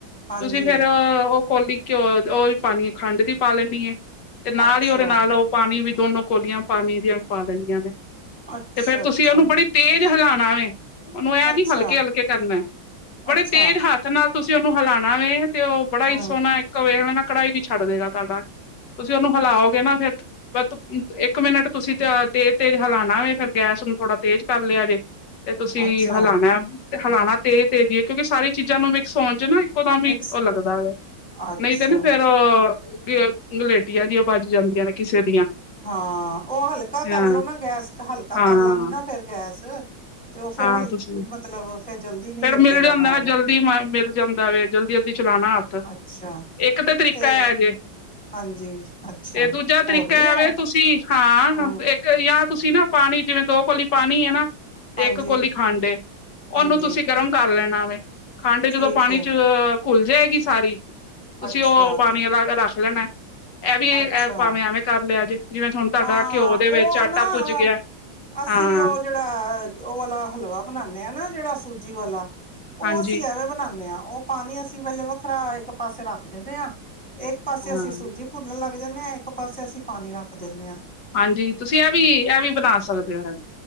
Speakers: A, in the centre; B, on the left (about 60°).
A: ਹਾਂਜੀ
B: ਤੁਸੀਂ ਫੇਰ ਔ। ਕੋਲੀ ਘਿਓ ਔ ਵੀ ਪਾਨੀ ਏ, ਖੰਡ ਦੀ ਪਾ ਲੈਨੀ ਏ। ਤੇ ਨਾਲ
A: ਅੱਛਾ
B: ਈ ਔਰੇ ਨਾਲ ਔ ਪਾਨੀ ਵੀ ਦੋਨੋ ਕੋਲੀਆਂ ਪਾਨੀ ਦੀਆਂ ਪਾ ਦੇਨੀਆ ਨੇ।
A: ਅੱਛਾ
B: ਤੇ ਫੇਰ
A: ਅੱਛਾ
B: ਤੁਸੀ ਔਨੂੰ ਬੜੀ ਤੇਜ ਹਿਲਾਨ <unintelligible> ਉਹਨੂੰ ਇਹ
A: ਅੱਛਾ
B: ਨੀ ਹਲਕੇ-ਹਲਕੇ ਕਰਨਾ, ਬੜੇ
A: ਅੱਛਾ
B: ਤੇਜ਼ ਹੱਥ ਨਾਲ ਤੁਸੀਂ ਉਹਨੂੰ ਹਲਾਣਾ ਵੇ ਤੇ ਉਹ ਬੜਾ ਹੀ
A: ਹਮ
B: ਸੋਹਣਾ ਇੱਕ ਵੇਲਣਾ ਕੜਾਈ ਵੀ ਛੱਡ ਦੇਗਾ ਤੁਹਾਡਾ। ਤੁਸੀਂ ਉਹਨੂੰ ਹਿਲਾਓਗੇ ਨਾ ਫੇਰ <unintelligible> ਇੱਕ ਮਿੰਟ ਤੁਸੀਂ ਤੇ ਤੇਜ਼-ਤੇਜ਼ ਹਿਲਾਣਾ ਵੇ ਫਿਰ ਗੈਸ ਨੂੰ ਥੋੜਾ ਤੇਜ਼ ਕਰ ਲਿਆ ਜੇ। ਤੇ ਤੁਸੀਂ
A: ਅੱਛਾ
B: ਹਲਾਣਾ ਤੇ ਹਲਾਣਾ ਤੇਜ਼-ਤੇਜ਼ੀ ਈ ਏ ਕਿਉਂਕਿ ਸਾਰੀ ਚੀਜ਼ਾਂ ਨੂੰ ਮਿਕਸ ਹੋਣ 'ਚ ਨਾ ਇੱਕੋ ਦਮ ਹੀ
A: ਮਿਕਸ
B: ਉਹ
A: ਕਰ,
B: ਲੱਗਦਾ ਵੇਂ,
A: ਅੱਛਾ
B: ਨਹੀਂ ਤੇ ਨਾ ਫੇਰ <unintelligible> ਗਲੇਟੀਆਂ ਦੀਆਂ ਬਣ ਜਾਂਦੀਆਂ ਨੇ ਕਿਸੇ ਦੀਆਂ
A: ਹਾਂ ਉਹ ਹਲਕਾ
B: ਹਾਂ
A: ਕਰਲੋ ਨਾ ਗੈਸ ਹਲਕਾ
B: ਹਾਂ
A: ਕਰ ਲਾਂਗੀ ਨਾ ਫੇਿਰ ਗੈਸ, ਤੇ ਉਹ ਫਿਰ
B: ਹਾਂ
A: ਹਲਕੀ
B: ਤੁਸੀਂ
A: ਮਤਲਬ ਫਿਰ ਜਲਦੀ ਨੀ
B: ਫੇਰ
A: ਲੱਗੇਗਾ
B: ਮਿਲ ਜਾਂਦਾ
A: ਨਾਲ।
B: ਨਾ ਜਲਦੀ ਮ- ਮਿਲ ਜਾਂਦਾ ਵੇ ਜਲਦੀ ਜਲਦੀ ਚਲਾਣਾ ਹੱਥ,
A: ਅੱਛਾ
B: ਇੱਕ ਤਾਂ ਤਰੀਕਾ
A: ਤੇ
B: ਹੈ ਜੇ
A: ਹਾਂਜੀ ਅੱਛਾ
B: ਤੇ ਦੂਜਾ ਤਰੀਕਾ
A: ਹੋਰ ਵੀ ਹੈ
B: ਐ ਵੇ ਤੁਸੀਂ ਹਾਂ
A: ਹਮ
B: ਇੱਕ ਜਾਂ ਤੁਸੀਂ ਨਾ ਪਾਣੀ ਜਿਵੇਂ ਦੋ ਕੋਲੀ ਪਾਣੀ ਹੈ ਨਾ ਤੇ
A: ਹਾਂਜੀ
B: ਇੱਕ ਕੋਲੀ ਖੰਡ ਐ ਉਹਨੂੰ
A: ਹਾਂਜੀ
B: ਤੁਸੀਂ ਗਰਮ ਕਰ ਲੈਣਾ। <unintelligible> ਖੰਡ ਜਦੋਂ
A: ਠੀਕ
B: ਪਾਣੀ
A: ਹੈ
B: 'ਚ ਘੁੱਲ ਜਾਏਗੀ ਸਾਰੀ ਤੁਸੀਂ
A: ਅੱਛਾ
B: ਉਹ ਪਾਣੀ ਅਲੱਗ ਰੱਖ ਲੈਣਾ। ਇਹ ਵੀ
A: ਅੱਛਾ
B: ਭਾਵੇਂ ਐਵੇਂ ਕਰ ਲਿਆ ਜੇ। ਜਿਵੇਂ ਹੁਣ ਤੁਹਾਡਾ
A: ਹਾਂ,
B: ਘਿਓ ਦੇ
A: ਉਹ
B: ਵਿੱਚ ਆਟਾ
A: ਨਾ
B: ਭੁੱਜ ਗਿਆ
A: ਅਸੀਂ
B: ਹਾਂ,
A: ਉਹ ਜਿਹੜਾ ਉਹ ਵਾਲਾ ਹਲਵਾ ਬਣਾਨੇ ਆ ਨਾ ਜਿਹੜਾ ਸੂਜੀ ਵਾਲਾ। ਉਹ
B: ਹਾਂਜੀ,
A: ਅਸੀਂ ਐਵੇਂ ਬਣਾਨੇ ਆ। ਉਹ ਪਾਣੀ ਅਸੀਂ ਵੇਲੇ ਵੱਖਰਾ ਇੱਕ ਪਾਸੇ ਰੱਖ ਦਿੰਨੇ ਆ ਇੱਕ ਪਾਸੇ
B: ਹਾਂ,
A: ਅਸੀਂ ਸੂਜੀ ਭੁੰਨਣ ਲੱਗ ਜਾਨੇ ਜਾਂਨੇ ਆ ਇੱਕ ਪਾਸੇ ਅਸੀਂ ਪਾਣੀ ਰੱਖ ਦੀਨੇ ਆ।
B: ਹਾਂਜੀ, ਤੁਸੀਂ ਇਹ ਵੀ ਇਹ ਵੀ ਬਣਾ ਸਕਦੇ ਹੋ ਇਹ